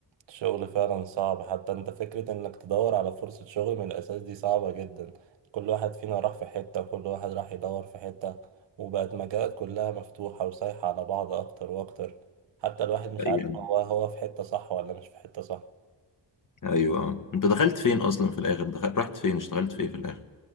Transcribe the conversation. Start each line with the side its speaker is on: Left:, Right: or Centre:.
Right: الشغل فعلا صعب حتى انت فكرة انك تدور على فرصة شغل من الاساس دي صعبة جدا كل واحد فينا راح في حتة وكل واحد راح يدور في حتة وبقت مجالات كلها مفتوحة وسايحة على بعض اكتر واكتر حتى الواحد مش
Left: ايوه
Right: عارف هو هو في حتة صح ولا مش في حتة صح
Left: ايوه اه. انت دخلت فين اصلا في الاخر؟ دخل... رحت فين؟ اشتغلت في ايه في الاخر؟